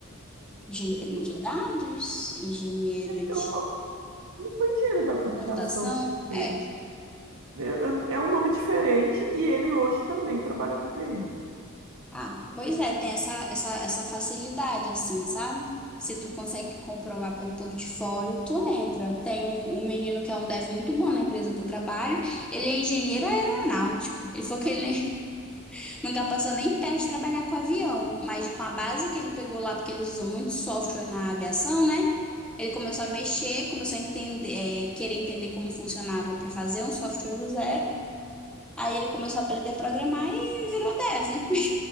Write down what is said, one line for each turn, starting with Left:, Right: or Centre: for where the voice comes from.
Centre: Engenheiro
Right: Não
Centre: de
Right: foi,
Centre: dados, engenheiro de
Right: eu, não foi engenheiro da computação
Centre: A computação?
Right: que ele fez.
Centre: É.
Right: É, é um nome diferente e ele hoje também trabalha com TI.
Centre: Ah, pois é, tem essa, essa, essa facilidade, assim, sabe? Se tu consegue comprovar por portfólio, tu entra. Tem um, um menino que é um dev muito bom na empresa que eu trabalho. Ele é engenheiro aeronáutico. Ele falou que ele nem- <laughs> nunca passou nem perto de trabalhar com avião, mas com a base que ele pegou lá, porque eles usam muito software na aviação, né? Ele começou a mexer, começou a entender, é, querer entender como funcionava para fazer um software do zero. Aí ele começou a aprender a programar e virou dev.